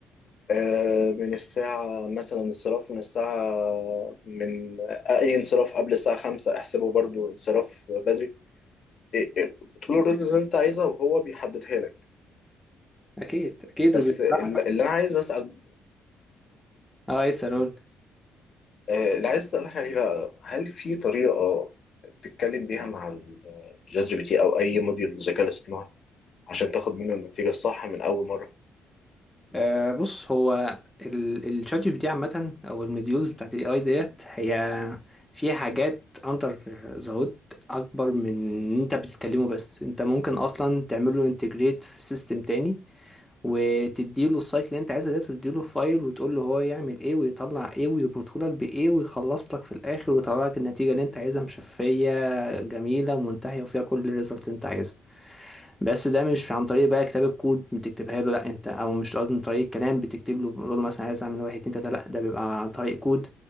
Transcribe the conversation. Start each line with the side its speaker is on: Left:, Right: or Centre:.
Left: آه، من الساعه مثلا انصراف من الساعه من اي انصراف قبل الساعه 5 احسبه برضو انصراف بدري إيه- إيه، بتقول الرولز اللي انت عايزها وهو بيحددها لك
Centre: اكيد اكيد
Left: بس
Centre: وبيطلع
Left: ال- اللي انا عايز اسال
Centre: اه يسأل قول
Left: آه، اللي عايز اسالك عليه بقى هل في طريقه تتكلم بيها مع الشات جي بي تي او اي موديول للذكاء الاصطناعي عشان تاخد منه النتيجه الصح من اول مره
Centre: آه بص هو ال- الشات جي بي تي عامة او المديولز بتاعت الاي اي ديت هي فيها حاجات اندر ذا هود اكبر من ان انت بتتكلمه بس انت ممكن اصلا تعمله انتجريت في سيستم تاني وتديله السايكل اللي انت عايزها ديت وتديله فايل وتقول له هو يعمل ايه ويطلع ايه ويربطهولك بايه ويخلص لك في الاخر ويطلع لك النتيجة اللي انت عايزها مشفية جميلة ومنتهية وفيها كل الريزلت انت عايزها بس ده مش عن طريق بقى كتاب الكود بتكتبها له لا انت او مش قصدي من طريق الكلام بتكتب له بتقول له مثلا عايز اعمل واحد اتنين تلاته لا ده بيبقى عن طريق كود